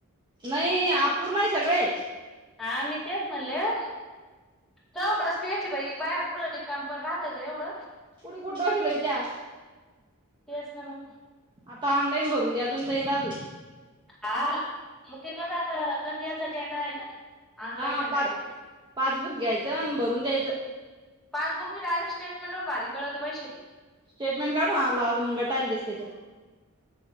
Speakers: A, on the right; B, in the centre.
A: नाही अपूर्ण आहे सगळे.
B: हा मी तेच म्हणलं चौकड तेच बाई बाया कुडं रिकाम पण राहतं ग एवढं.
A: पुढ कुठ डोक लावतीय.
B: तेच ना मग.
A: आता ऑनलाईन भरून द्या अजून सईन राजू
B: हा म ते तर आता गालियाचा डेटा आहे ना तो. ऑनलाईन
A: हा
B: आहे डायरेक्ट
A: पाच पाच बुक घ्यायचं भरून द्यायचं.
B: पासबुक नाय डायरेक् स्टेटमेंटवर भारी कळत वैशाली.
A: स्टेटमेंट काढून आला असं मग गटायला दिसत त्याच्या.